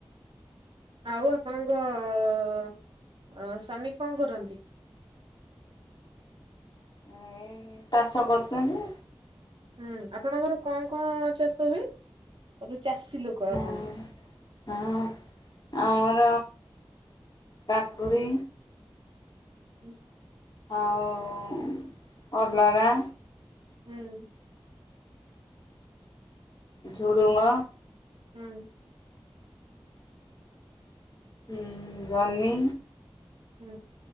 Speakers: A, on the right; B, on the left.
A: ଆଉ ଆପଣଙ୍କ ଅ ଙ୍କ ସ୍ଵାମୀ କଣ କରନ୍ତି?
B: ଉଁ ଏଇ ତାଷ କରୁଚନ୍ତି।
A: ହୁଁ। ଆପଣଙ୍କର କଁ କଁ ଚାଷ ହୁଏ? <unintelligible> ଚାଷୀ ଲୋକ
B: ହଁ
A: ଆପଣ।
B: ହଁ ଆମର କାକୁଡ଼ି
A: ହୁଁ।
B: ଆଉ ଉ କଲରା
A: ହୁଁ।
B: ଝୁଡୁଙ୍ଗ
A: ହୁଁ।
B: ହୁଁ ଜହ୍ନି
A: ହୁଁ।